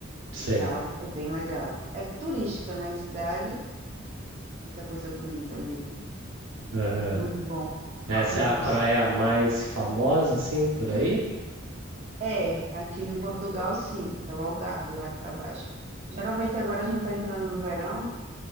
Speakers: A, on the right (about 75°); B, on the right (about 30°).
A: Sei.
B: e tal. É bem legal. É turística, né, a cidade? Muita coisa bonita mesmo.
A: Aham.
B: Muito bom.
A: Essa
B: Ah, um-
A: é a praia
B: uns-
A: mais famosa, assim, por aí?
B: É, aqui em Portugal, sim. É o Algarve lá para baixo. Geralmente agora a gente está entrando no verão.